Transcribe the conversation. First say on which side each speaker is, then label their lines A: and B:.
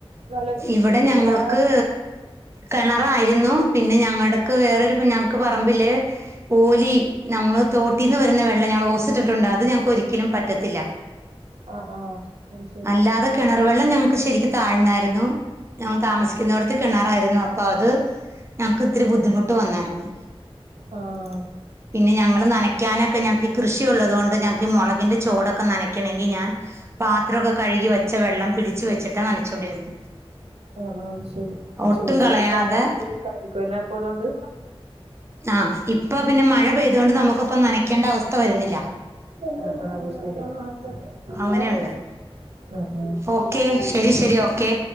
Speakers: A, on the right; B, on the right.
A: നല്ല
B: ഇവിടെ ഞങ്ങൾക്ക്...
A: ശുദ്ധമായ വെള്ളം
B: കിണറായിരുന്നു പിന്നെ ഞങ്ങടക്ക് വേറൊരു ഞങ്ങക്ക് പറമ്പില് ഓലി നമ്മൾ തോട്ടീന്ന് വരുന്ന വെള്ളം ഞങ്ങൾ ഓസിട്ടിട്ടുണ്ട് അത് ഞങ്ങൾക്ക് ഒരിക്കലും പറ്റത്തില്ല
A: ആഹ് ആഹ് അത് ശരി
B: അല്ലാതെ കിണർ വെള്ളം ഞങ്ങൾക്ക് ശെരിക്ക് താഴ്ന്നായിരുന്നു ഞങ്ങൾ താമസിക്കുന്ന ഇടത്ത് കിണാറായിരുന്നു അപ്പൊ അത് ഞങ്ങക്ക് ഇത്തിരി ബുദ്ധിമുട്ട് വന്നായിരുന്നു
A: ആഹ്
B: പിന്നെ ഞങ്ങള് നനയ്ക്കാനൊക്കെ ഞങ്ങൾക്ക് കൃഷിയുള്ളത് കൊണ്ട് ഞങ്ങക്ക് ഈ മുളകിന്റെ ചോടൊക്കെ നനക്കണമെങ്കിൽ ഞാൻ പാത്രമൊക്കെ കഴുകി വെച്ച വെള്ളം പിടിച്ച് വെച്ചിട്ടാണ് നനച്ചുകൊണ്ടിരുന്നത്
A: ആഹ് ആഹ് അത് ശെരി
B: ഒട്ടും
A: ചൂട്
B: കളയാതെ
A: കാലത്ത് ഭയങ്കര ബുദ്ധിമുട്ടായിരിക്കും അല്ലെ അപ്പൊ അതുകൊണ്ട്
B: ആഹ് ഇപ്പൊ പിന്നെ മഴ പെയ്തുകൊണ്ട് നമുക്കിപ്പ നനക്കേണ്ട അവസ്ഥ വരുന്നില്ല
A: ആഹ് ആഹ് അത് ശെരി... <unintelligible>
B: അങ്ങനെയുണ്ട്
A: ആഹ് ആഹ്
B: ഓക്കെ ശരി ശരി ഓക്കെ